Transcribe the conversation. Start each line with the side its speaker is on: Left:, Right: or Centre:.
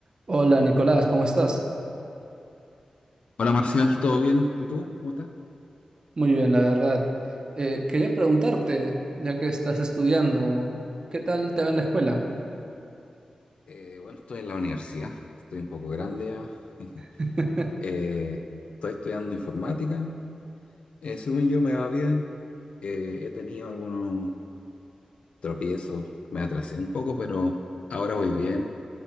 Right: Hola Nicolás, ¿cómo estás?
Left: Hola Marcial, ¿todo bien? ¿Y tú? ¿Cómo estás?
Right: Muy bien, la verdad. Eh, quería preguntarte, ya que estás estudiando, ¿qué tal te va en la escuela?
Left: Eh, bueno, estoy en la universidad, estoy un poco grande ya. <laughs>
Right: <laughs>
Left: Eh, estoy estudiando informática. Eh, según yo me va bien. Eh, he tenido algunos tropiezos, me atrasé un poco, pero ahora voy bien.